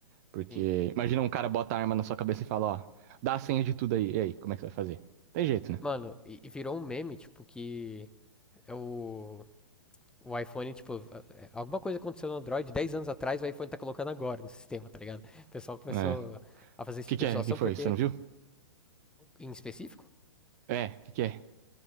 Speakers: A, on the right; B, in the centre.
A: Porque
B: Sim.
A: imagina um cara bota a arma na sua cabeça e fala, ó, dá a senha de tudo aí. E aí, como é que você vai fazer? Tem jeito, né?
B: Mano, e, e virou um meme, tipo, que é o. O iPhone, tipo, é, é, alguma coisa aconteceu no Android 10 anos atrás, o iPhone tá colocando agora no sistema, tá ligado? O pessoal começou
A: É. O
B: a fazer esse
A: que
B: tipo
A: que é?
B: de situação
A: O que foi?
B: porque
A: Você não viu?
B: em específico?
A: É, o que que é?